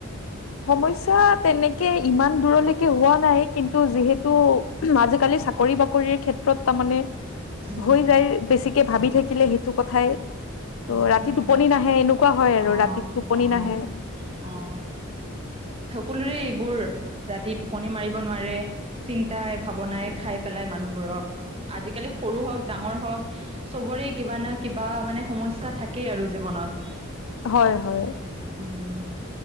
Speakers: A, on the left (about 80°); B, on the right (about 30°).
A: সমস্যা তেনেকে ইমান দূৰলৈকে হোৱা নাই কিন্তু যিহেতু আজিকালি চাকৰি বাকৰিৰ ক্ষেত্ৰত তাৰ মানে
B: উম
A: হৈ যায় বেছিকে ভাবি থাকি থাকিলে সেইটো কথাই ত'
B: অ'
A: ৰাতি
B: মনত
A: টোপনি নাহে এনেকুৱা হয় আৰু
B: অ'
A: ৰাতিত টোপনি
B: অ'
A: নাহে ।
B: অ', সকলোৰে এইবোৰ ৰাতি টোপনি মাৰিব নোৱাৰে চিন্তাই ভাৱনাই খাই পেলাই মানুহবোৰক আজিকালি সৰু হওক ডাঙৰ হওক চবৰে কিবা না কিবা মানে সমস্যা থাকেই আৰু জীৱনত
A: হয় হয়
B: উম